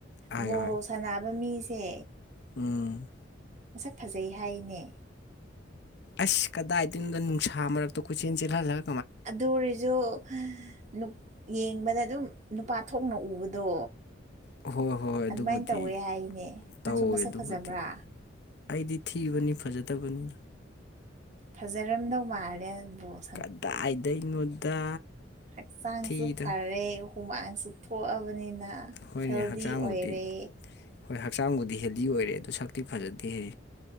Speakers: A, on the left; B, on the right.
A: ꯍꯥꯏꯌꯨ
B: ꯕꯣꯜ
A: ꯍꯥꯏꯌꯨ
B: ꯁꯥꯟꯅꯕ ꯃꯤꯁꯦ
A: ꯎꯝ
B: ꯃꯁꯛ ꯐꯖꯩ ꯍꯥꯏꯅꯦ
A: ꯑꯁ ꯀꯗꯥꯏꯗꯩꯅꯣꯗ ꯅꯨꯡꯁꯥ ꯃꯔꯛꯇ ꯀꯣꯏꯆꯦꯟ ꯆꯦꯜꯍꯜꯂ
B: ꯑꯗꯨꯑꯣꯏꯔꯖꯨ ꯅꯨꯞ ꯌꯦꯡꯕꯗ ꯑꯗꯨꯝ ꯅꯨꯄꯥ ꯊꯣꯛꯅ ꯎꯕꯗꯣ
A: ꯍꯣꯏ ꯍꯣꯏ ꯑꯗꯨꯕꯨꯗꯤ
B: ꯑꯗꯨꯃꯥꯏꯟ ꯇꯧꯋꯦ ꯍꯥꯏꯅꯦ ꯅꯪꯁꯨ
A: ꯇꯧꯋꯦ
B: ꯃꯁꯛ
A: ꯑꯗꯨꯕꯨꯗꯤ
B: ꯐꯖꯕ꯭ꯔꯥ
A: ꯑꯩꯗꯤ ꯊꯤꯕꯅꯤ ꯐꯖꯗꯕꯅꯤ
B: ꯐꯖꯔꯝꯗꯧ ꯃꯥꯜꯂꯦ <unintelligible>
A: ꯀꯗꯥꯏꯗꯩꯅꯣꯗ
B: ꯍꯛꯆꯥꯡꯁꯨ
A: ꯊꯤꯗ
B: ꯐꯔꯦ ꯍꯨꯃꯥꯡꯁꯨ ꯊꯣꯛꯑꯕꯅꯤꯅ
A: ꯍꯣꯏꯅꯦ
B: ꯍꯦꯜꯗꯤ
A: ꯍꯛꯆꯥꯡꯕꯨꯗꯤ
B: ꯑꯣꯏꯔꯦ
A: ꯍꯣꯏ ꯍꯛꯆꯥꯡꯕꯨꯗꯤ ꯍꯦꯜꯗꯤ ꯑꯣꯏꯔꯦ ꯑꯗꯣ ꯁꯛꯇꯤ ꯐꯖꯗꯦ ꯍꯦ